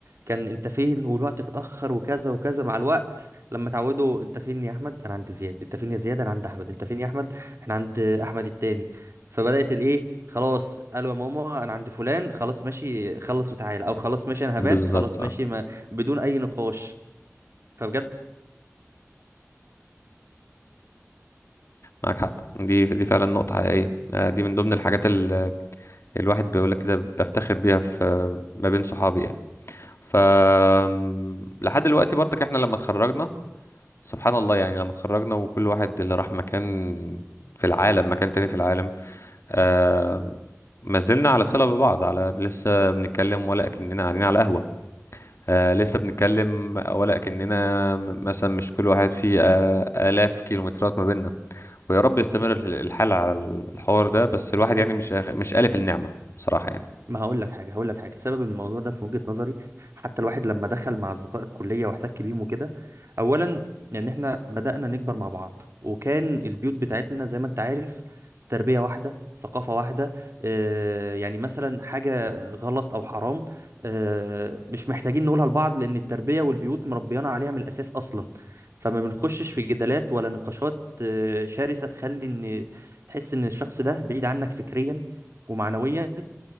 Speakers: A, on the right (about 60°); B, on the left (about 60°).
A: كان انت فين والوقت اتأخر وكذا وكذا مع الوقت لما تعودوا انت فين يا احمد انا عند زياد انت فين يا زياد انا عند احمد انت فين يا احمد احنا عند احمد التاني فبدأت الايه خلاص قالوا يا ماما انا عند فلان خلاص ماشي خلص وتعالى او خلاص ماشي انا
B: بالظبط
A: هبات خلاص
B: اه
A: ماشي ما بدون اي نقاش فبجد
B: معاك حق دي دي فعلا نقطة حقيقية آه، دي من ضمن الحاجات اللي الواحد بيقول لك كده بفتخر بيها في ما بين صحابي يعني ف آم، لحد دلوقتي برضك احنا لما اتخرجنا سبحان الله يعني لما اتخرجنا وكل واحد اللي راح مكان في العالم مكان تاني في العالم آه، ما زلنا على صلة ببعض على لسه بنتكلم ولا كأننا قاعدين على قهوة آه، لسه بنتكلم ولا كأننا م- مثلا مش كل واحد فيه آه، آلاف كيلومترات ما بيننا ويا رب يستمر الح- الحال على الحوار ده بس الواحد يعني
A: أيوة.
B: مش آخ- مش آلف النعمة بصراحة يعني
A: ما هقول لك حاجه هقول لك حاجه سبب الموضوع ده في وجهه نظري حتى الواحد لما دخل مع اصدقاء الكليه واحتك بيهم وكده اولا ان احنا بدانا نكبر مع بعض وكان البيوت بتاعتنا زي ما انت عارف تربيه واحده ثقافه واحده آه يعني مثلا حاجه غلط او حرام آه مش محتاجين نقولها لبعض لان التربيه والبيوت مربيانا عليها من الاساس اصلا فما بنخشش في جدالات ولا نقاشات آه، شرسه تخلي ان تحس ان الشخص ده بعيد عنك فكريا ومعنويا